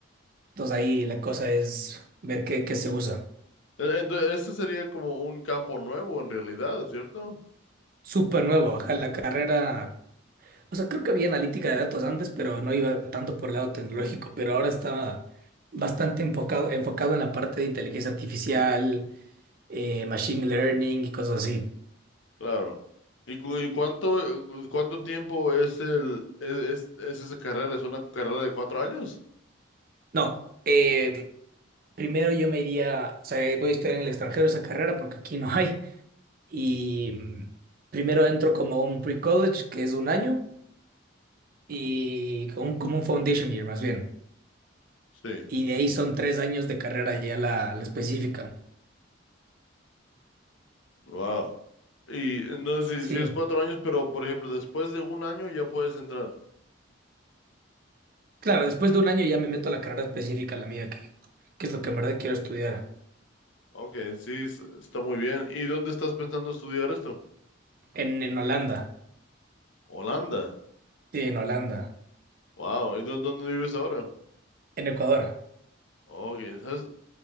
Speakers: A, on the right; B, on the left.
A: Entonces ahí la cosa es ver qué, qué se usa.
B: E- Entonces, este sería como un campo nuevo en realidad, ¿cierto?
A: Súper nuevo, ajá, la carrera O sea, creo que había analítica de datos antes, pero no iba tanto por el lado tecnológico, pero ahora estaba bastante enfocado, enfocado en la parte de inteligencia artificial, eh, machine learning y cosas así.
B: Claro. ¿Y, cu- y cuánto, cuánto tiempo es el es, es, es esa carrera? ¿Es una carrera de cuatro años?
A: No, eh, primero yo me iría, o sea, voy a estudiar en el extranjero esa carrera porque aquí no hay. Y mm, primero entro como un pre-college, que es un año, y con- como un foundation year más bien.
B: Sí.
A: Y de ahí son tres años de carrera ya la, la específica.
B: Wow. Y no si,
A: Sí.
B: si es cuatro años, pero por ejemplo, después de un año ya puedes entrar.
A: Claro, después de un año ya me meto a la carrera específica, la mía, que, que es lo que en verdad quiero estudiar.
B: Ok, sí, es- está muy bien. ¿Y dónde estás pensando estudiar esto?
A: En, en Holanda.
B: Holanda.
A: Sí, en Holanda.
B: Wow. ¿Y dónde, dónde vives ahora?
A: En Ecuador.
B: Ok, ¿sabes?